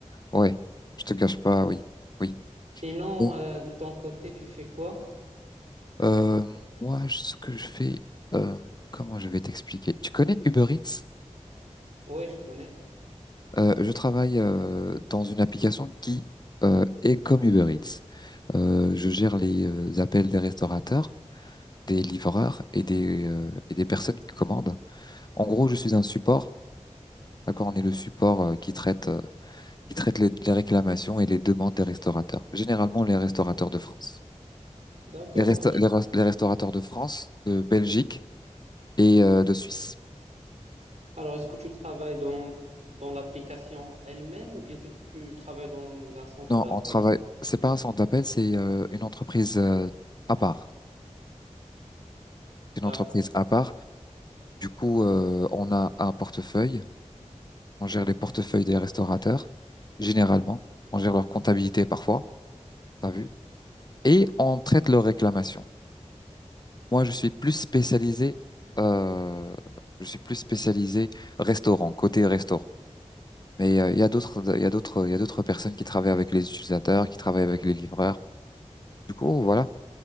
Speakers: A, on the left (about 35°); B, on the right (about 70°).
A: Ouais, je te cache pas, oui, oui.
B: Sinon,
A: Bon,
B: euh, de ton côté, tu fais quoi?
A: Euh, moi, je- ce que je fais, euh, comment je vais t'expliquer? Tu connais Uber Eats?
B: Ouais, je connais.
A: Euh, je travaille euh, dans une application qui euh, est comme Uber Eats. Euh, je gère les euh, appels des restaurateurs, des livreurs et des, euh, et des personnes qui commandent. En gros, je suis un support. D'accord, on est le support euh, qui traite, euh, qui traite les, les réclamations et les demandes des restaurateurs. Généralement, les restaurateurs de France.
B: D'accord,
A: Les, resta-
B: ouais, je
A: les,
B: connais.
A: res- les restaurateurs de France, de Belgique et euh, de Suisse.
B: Alors, est-ce que tu travailles dans, dans l'application elle-même ou bien tu, tu travailles dans un centre
A: Non,
B: d'appel?
A: on travaille. C'est pas un centre d'appel, c'est euh, une entreprise euh, à part. C'est Une
B: D'accord.
A: entreprise à part. Du coup, euh, on a un portefeuille. On gère les portefeuilles des restaurateurs, généralement. On gère leur comptabilité parfois, t'as vu. Et on traite leurs réclamations. Moi, je suis plus spécialisé, euh, je suis plus spécialisé restaurant, côté restaurant. Mais euh, il y a d'autres, il y a d'autres, il y a d'autres personnes qui travaillent avec les utilisateurs, qui travaillent avec les livreurs. Du coup, voilà.